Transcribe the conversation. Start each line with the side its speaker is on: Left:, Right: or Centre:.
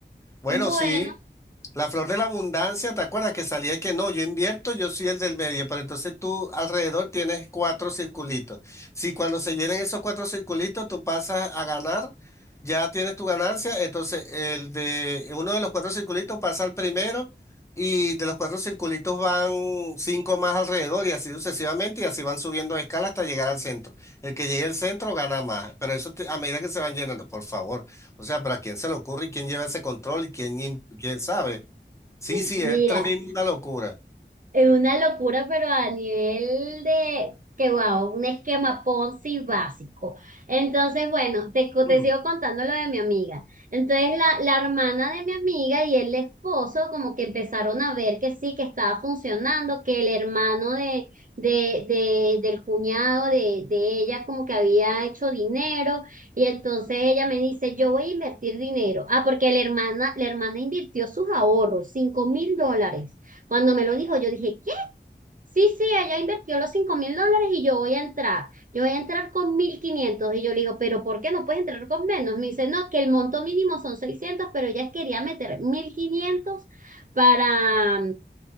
Left: Bueno,
Right: Bueno,
Left: sí. La flor de la abundancia, ¿te acuerdas que salía y que no? Yo invierto, yo soy el del medio, pero entonces tú alrededor tienes cuatro circulitos. Si cuando se llenen esos cuatro circulitos, tú pasas a ganar, ya tienes tu ganancia, entonces el de uno de los cuatro circulitos pasa al primero y de los cuatro circulitos van cinco más alrededor y así sucesivamente y así van subiendo de escala hasta llegar al centro. El que llegue al centro gana más, pero eso te- a medida que se van llenando, por favor. O sea, pero ¿a quién se le ocurre y quién lleva ese control y quién, im- quién sabe? Sí,
Right: <laughs>
Left: sí,
Right: mira.
Left: es tremenda locura.
Right: Es una locura, pero a nivel de que wow, un esquema Ponzi básico. Entonces, bueno, te, co-
Left: Ujú.
Right: te sigo contando lo de mi amiga. Entonces, la, la hermana de mi amiga y el esposo como que empezaron a ver que sí, que estaba funcionando, que el hermano de, de, de- del cuñado de, de ella como que había hecho dinero y entonces ella me dice, yo voy a invertir dinero. Ah, porque la hermana, la hermana invirtió sus ahorros, cinco mil dólares. Cuando me lo dijo, yo dije, ¿qué? Sí, sí, ella invirtió los cinco mil dólares y yo voy a entrar. Yo voy a entrar con mil quinientos Y yo le digo, ¿pero por qué no puedes entrar con menos? Me dice, no, que el monto mínimo son seiscientos pero ella quería meter 1.500 para,